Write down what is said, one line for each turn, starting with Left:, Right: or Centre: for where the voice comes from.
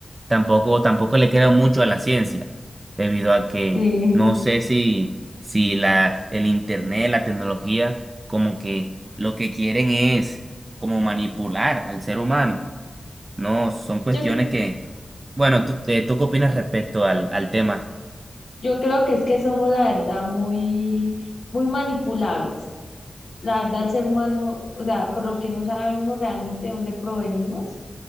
Right: tampoco, tampoco le creo mucho a la ciencia, debido a que
Left: sí,
Right: no
Left: <laughs>
Right: sé si, si la, el internet, la tecnología, como que lo que quieren es como manipular al ser humano. No, son cuestiones
Left: yo,
Right: que, bueno, ¿tú, eh, tú qué opinas respecto al, al tema?
Left: yo creo que es que somos la verdad muy, muy manipulables. La verdad, el ser humano, o sea, por lo que no sabemos realmente de dónde provenimos,